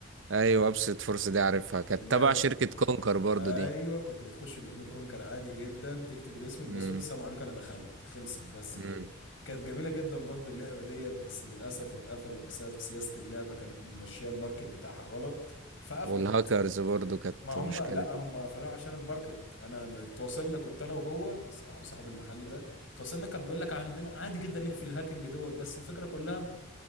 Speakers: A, on the right; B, on the left.
A: ايوه ابسط فرصه دي عارفها كانت
B: اللعبه
A: تبع شركه
B: دي
A: كونكر برضو
B: ايوه
A: دي
B: كنت بتخش بايميل كونكر عادي جدا تكتب الاسم الباسورد
A: امم
B: السلام عليكم انا دخلت خلصت بس كده
A: امم
B: كانت جميله جدا برضو اللعبه ديت بس للاسف اتقفلت بسبب سياسه اللعبه كانت ماشيه الماركت بتاعها غلط فقفلت
A: والهاكرز برضو كانت
B: ما هم
A: مشكله
B: لا
A: دي
B: هم قفلوها عشان الماركت انا اللي تواصلنا كنت انا وهو اخو صاحب المحل ده تواصلنا كان بيقول لك عندنا عادي جدا نقفل الهاكينج دوت بس الفكره كلها